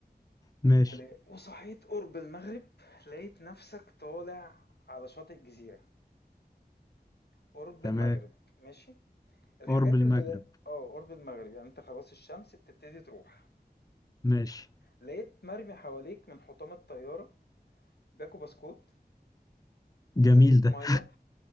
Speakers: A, on the left (about 20°); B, on the left (about 75°).
A: ماشي
B: ولا- وصحيت قرب المغرب لقيت نفسك طالع على شاطئ جزيرة قرب
A: تمام
B: المغرب ماشي الحاجات
A: قرب المغرب
B: اللي اه قرب المغرب يعني انت خلاص الشمس بتبتدي تروح
A: ماشي
B: لقيت مرمي حواليك من حطام الطيارة باكو بسكوت
A: جميل
B: ازازة
A: ده
B: مية